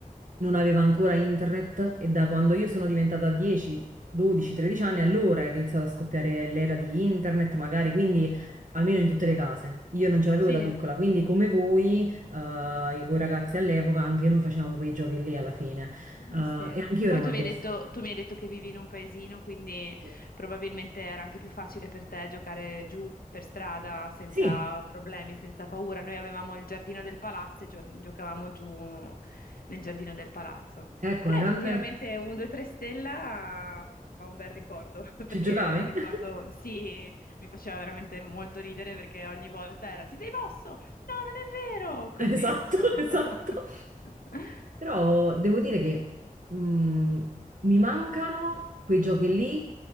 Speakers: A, on the right; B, on the left.
A: non aveva ancora internet e da quando io sono diventata 10, 12, 13 anni, allora è iniziata a scoppiare l'era di internet, magari, quindi almeno in tutte le case. Io non ce l'avevo
B: Sì,
A: da piccola, quindi come voi, eh, voi ragazzi all'epoca, anche noi facevamo quei giochi lì alla fine.
B: mm,
A: Eh, e
B: sì.
A: anche io ero
B: Poi
A: maldestra.
B: tu mi hai detto, tu mi hai detto che vivi in un paesino, quindi
A: Sì,
B: probabilmente era anche più facile per te giocare giù per strada senza
A: Sì,
B: problemi, senza paura. Noi avevamo il giardino del palazzo e gio- giocavamo giù nel giardino del palazzo.
A: ecco,
B: Però
A: una
B: effettivamente
A: grande...
B: un 2-3 stella ha un bel ricordo, <laughs>
A: Ci
B: perché
A: giocavi?
B: ricordo,
A: <laughs>
B: sì, mi faceva veramente molto ridere perché ogni volta era ti sei mosso? No, non è vero! Così,
A: Esatto,
B: insomma.
A: <laughs> esatto.
B: <laughs>
A: Però devo dire che mm, mi mancano quei giochi lì.